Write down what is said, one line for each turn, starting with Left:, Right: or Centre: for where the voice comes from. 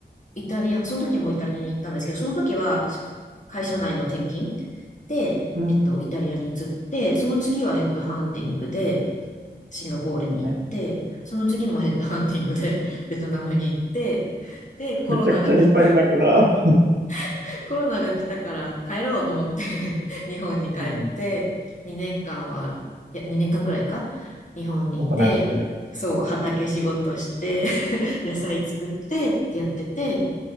Left: イタリア、その時もイタリアに行ったんですけど、その時は会社内の転勤で、
Right: うん。
Left: えっと、イタリアに移って、その次はヘッドハンティングでシンガポールに行って、
Right: え
Left: その次もヘッドハンティングで <laughs> ベトナムに行って、で、コロナが来た、
Right: めちゃくちゃ引っ張りだこだ。
Left: <laughs> コロナが来たから帰ろうと思って <laughs> 日本に帰って、
Right: うん。
Left: 2年間は、いや、2年間ぐらいか、日本にいて、
Right: おとなしく。
Left: そう、畑仕事して <laughs> 野菜作ってってやってて、